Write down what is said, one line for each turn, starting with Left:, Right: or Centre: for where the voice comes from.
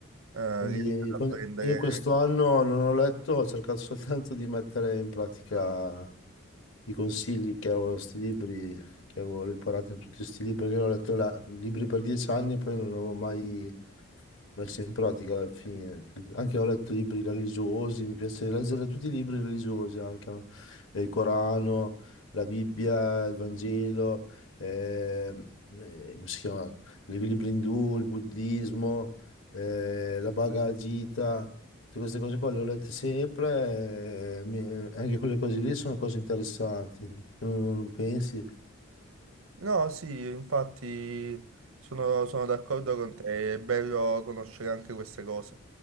Right: eh,
Left: quindi
Right: riesce ad
Left: que-
Right: apprendere.
Left: in questo anno non ho letto, ho cercato <laughs> soltanto di mettere in pratica i consigli che avevo, sti libri che avevo imparato in tutti questi libri, perché io ho letto la- libri per dieci anni e poi non li avevo mai messi in pratica alla fine. Anche ho letto libri religiosi, mi piace leggere tutti i libri religiosi, anche eh, il Corano, la Bibbia, il Vangelo, ehm, eh, come si chiama? I libri indù, il buddismo. eh, la bagagita, tutte queste cose qua le ho lette sempre, eh, mi- eh, anche quelle cose lì sono cose interessanti, tu non, non pensi?
Right: No, sì, infatti sono sono d'accordo con te, è bello conoscere anche queste cose.